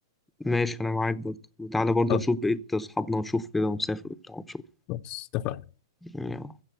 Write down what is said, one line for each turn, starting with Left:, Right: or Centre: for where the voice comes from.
Centre: ماشي انا معاك برضه وتعالى برضه
Left: طب
Centre: نشوف بقيه اصحابنا ونشوف كده ونسافر وبتاع ونشوف
Left: خلاص اتفقنا
Centre: يعني